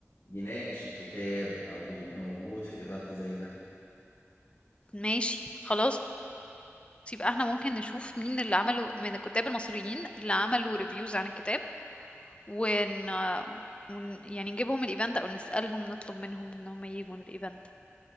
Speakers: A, on the left; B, on the left.
A: يناقش الكتاب او يبقى موجود في ايفنت زي ده
B: ماشي خلاص بُصّي بقى إحنا ممكن نشوف مين اللي عملوا من الكُتّاب المصريين اللي عملوا reviews عن الكتاب، ون ون يعني نجيبهم الevent أو نسألهم نطلب منهم إن هم ييجوا الevent.